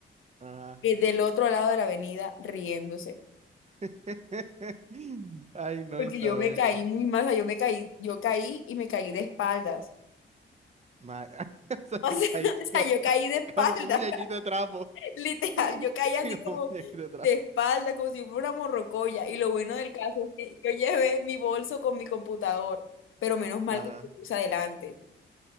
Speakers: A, on the right; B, on the left.
A: Ajá.
B: eh, del otro lado de la avenida, riéndose.
A: <laughs> Ay, no,
B: Porque
A: Isabela.
B: yo me caí muy mal, o sea, yo me caí, yo caí y me caí de espaldas. <laughs>
A: Ma- <laughs> Se
B: O
A: me
B: sea, <laughs>
A: caíste
B: o sea,
A: como,
B: yo caí de espaldas.
A: como un muñequito de trapo.
B: <laughs> Literal, yo caí
A: <laughs>
B: así como
A: Como un muñequito de trapo.
B: de espalda, como si fuera una morrocoya. Y lo bueno del caso es que yo llevé mi bolso con mi computador, pero menos mal
A: Ajá.
B: que lo puse adelante.